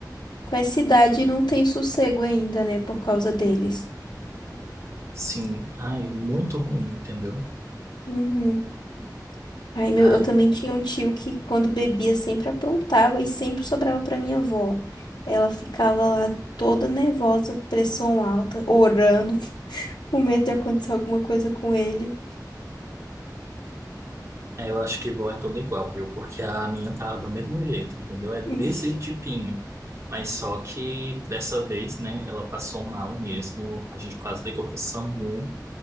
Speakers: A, on the left; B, on the right.
A: Com essa idade não tem sossego ainda, né? Por causa deles.
B: Sim, ai, muito ruim, entendeu?
A: Uhum. Aí meu,
B: Ai,
A: eu também tinha um tio que quando bebia sempre aprontava e sempre sobrava pra minha avó. Ela ficava lá toda nervosa, pressão alta, orando, <laughs> com medo de acontecer alguma coisa com ele.
B: é, eu acho que vó é toda igual, viu? Porque a minha tá do mesmo jeito, entendeu? É
A: <laughs>
B: desse tipinho. Mas só que dessa vez, né, ela passou mal mesmo, a gente quase ligou pro SAMU,